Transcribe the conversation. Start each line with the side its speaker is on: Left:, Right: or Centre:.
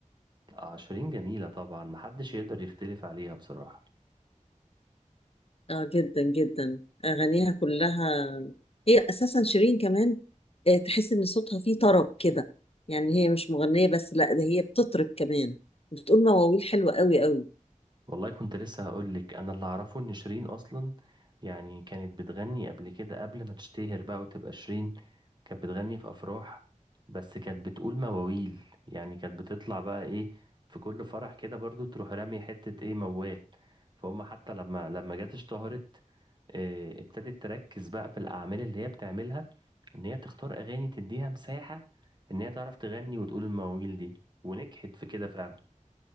Right: آه، شيرين جميلة طبعا محدش يقدر يختلف عليها بصراحة
Left: اه جدا جدا اغانيها كلها هي اساسا شيرين كمان آه، تحس ان صوتها فيه طرب كده يعني هي مش مغنيه بس لا ده هي بتطرب كمان بتقول مواويل حلوه قوي قوي
Right: والله كنت لسه هقولك انا اللي اعرفه ان شيرين اصلا يعني كانت بتغني قبل كده قبل ما تشتهر بقى وتبقى شيرين كانت بتغني في افراح بس كانت بتقول مواويل يعني كانت بتطلع بقى ايه في كل فرح كده برضو تروح رامية حتة ايه موال فهم حتى لما لما جت اشتهرت إيه، ابتدت تركز بقى في الأعمال اللي هي بتعملها إن هي تختار أغاني تديها مساحة إن هي تعرف تغني وتقول المواويل دي ونجحت في كده فعلا